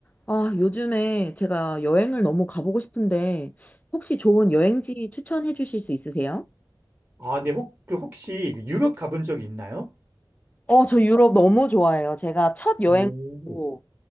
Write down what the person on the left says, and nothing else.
아, 요즘에 제가 여행을 너무 가보고 싶은데, 혹시 좋은 여행지 추천해 주실 수 있으세요?
어, 저 유럽 너무 좋아해요. 제가 첫 여행으로